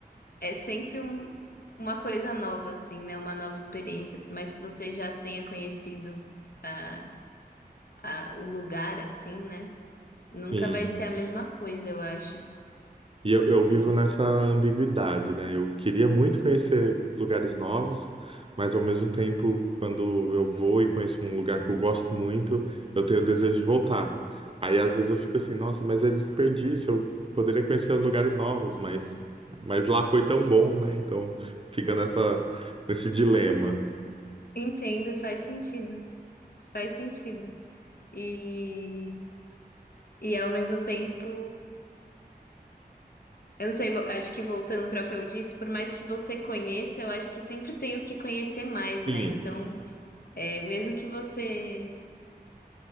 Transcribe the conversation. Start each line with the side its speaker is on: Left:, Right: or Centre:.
Left: é sempre um- uma coisa nova, assim, né? Uma nova experiência, por mais que você já tenha conhecido a, a- o lugar, assim, né? Nunca
Right: Sim.
Left: vai ser a mesma coisa, eu acho.
Right: E eu, eu vivo
Left: E
Right: nessa ambiguidade, né? Eu queria muito conhecer lugares novos, mas ao mesmo tempo, quando eu vou e conheço um lugar que eu gosto muito, eu tenho o desejo de voltar. Aí às vezes eu fico assim, nossa, mas é desperdício, eu poderia conhecer lugares novos, mas, mas lá foi tão bom, né? Então fica nessa, nesse dilema.
Left: entendo, faz sentido, faz sentido. E, e ao mesmo tempo. Eu não sei, vo- acho que voltando para o que eu disse, por mais que você conheça, eu acho que sempre tem o que conhecer mais, né?
Right: Sim,
Left: Então, é, mesmo que você,